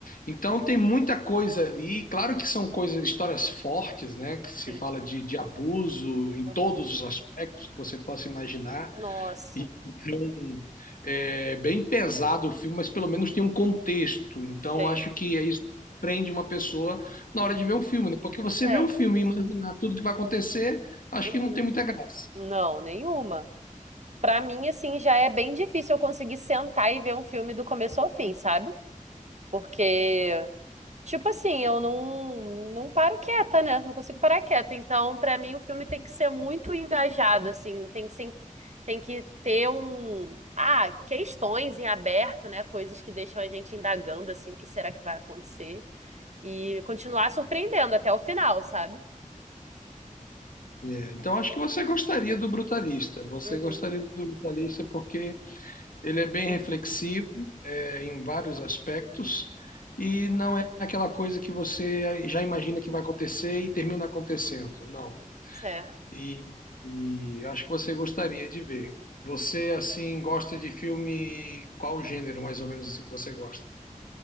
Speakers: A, on the left; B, on the right.
A: Então tem muita coisa ali, claro que são coisas, histórias fortes, né? Que se
B: sim.
A: fala de, de abuso em
B: Uhum.
A: todos os aspectos que você possa imaginar.
B: Nossa,
A: E, Então, é bem pesado o filme, mas pelo menos tem um contexto. Então
B: sei.
A: acho que é isso que prende uma pessoa na
B: Uhum.
A: hora de ver um filme, né? Porque você
B: Certo.
A: vê um filme e imaginar tudo que vai acontecer, acho
B: Uhum.
A: que não tem muita graça.
B: Não, nenhuma. Pra mim, assim, já é bem difícil eu conseguir sentar e ver um filme do começo ao fim, sabe? Porque Tipo assim, eu não, não paro quieta, né? Não consigo parar quieta. Então, pra mim, o filme tem que ser muito engajado, assim, tem que ser, tem que ter um, ah, questões em aberto, né? Coisas que deixam a gente indagando, assim, o que será que vai acontecer e continuar surpreendendo até o final, sabe?
A: É, então acho que você gostaria do Brutalista. Você
B: Uhum,
A: gostaria do Brutalista porque Ele é bem
B: uhum,
A: reflexivo, é, em vários aspectos, e não é aquela coisa que você já imagina que vai acontecer e termina acontecendo, não.
B: certo.
A: E, e eu acho que você gostaria de ver. Você, assim, gosta de filme, qual gênero, mais ou menos, assim, que você gosta?